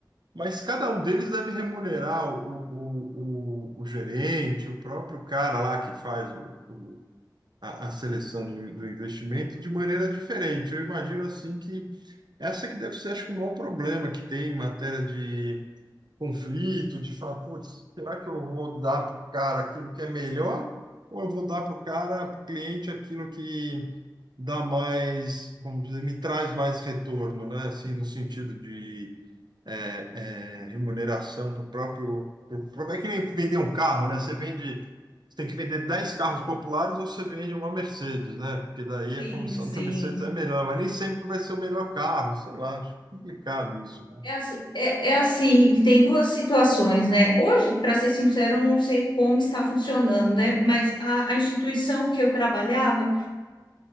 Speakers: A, on the right (about 65°); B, on the left (about 85°).
A: Mas cada um deles deve remunerar o, o, o, o gerente, o próprio cara lá que faz o, o- a, a seleção do, do investimento de maneira diferente. Eu imagino assim que essa que deve ser, acho que, o maior problema que tem em matéria de conflito, de falar, putz, será que eu vou dar para o cara aquilo que é melhor? Ou eu vou dar para o cara, para o cliente, aquilo que dá mais, vamos dizer, me traz mais retorno, né? Assim, no sentido de é, é, remuneração para o próprio. pro- pro- É que nem vender um carro, né? Você vende. Você tem que vender 10 carros populares ou você vende uma Mercedes, né? Porque daí
B: sim,
A: a comissão
B: sim.
A: da Mercedes é melhor, mas nem sempre vai ser o melhor carro, sei lá, acho complicado isso, né?
B: É, ass- é- é assim, que tem duas situações, né? Hoje, para ser sincero, eu não sei como está funcionando, né? Mas a a instituição que eu trabalhava,